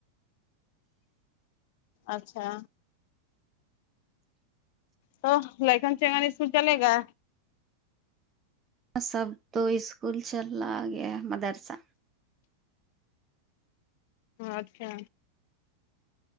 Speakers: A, on the left; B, on the right.
A: اچھا تو لیکن چگنے سو چلے گا
B: سب تو اسکول چل رہا گیا مدرسہ
A: اچھا